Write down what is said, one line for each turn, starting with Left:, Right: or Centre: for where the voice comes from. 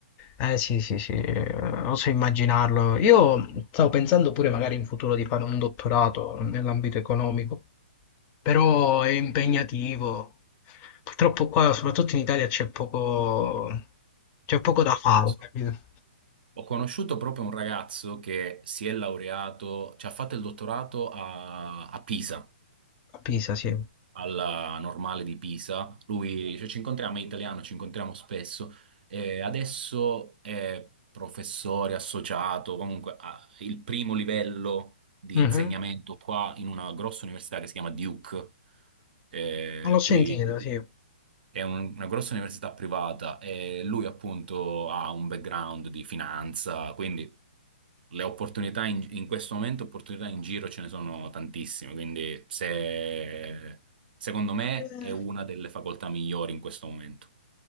Left: eh, sì, sì, sì, eh, oso immaginarlo. Io stavo pensando pure magari in futuro di fare un dottorato nell'ambito economico, però è impegnativo. Purtroppo qua, soprattutto in Italia, c'è poco, c'è poco da fare,
Right: Eh, lo so.
Left: capito?
Right: Ho conosciuto proprio un ragazzo che si è laureato, cioè ha fatto il dottorato a, a Pisa,
Left: A Pisa, sì.
Right: alla Normale di Pisa. Lui, cioè, ci incontriamo, è italiano, ci incontriamo spesso. E adesso è professore associato, comunque ha il primo livello di
Left: Mhm.
Right: insegnamento qua in una grossa università che si chiama Duke, eh,
Left: L'ho sentito,
Right: qui qui
Left: sì.
Right: è un- una grossa università privata e lui appunto ha un background di finanza, quindi le opportunità in, in questo momento, opportunità in giro ce ne sono tantissime, quindi se, secondo me
Left: Eh,
Right: è una delle facoltà migliori in questo momento.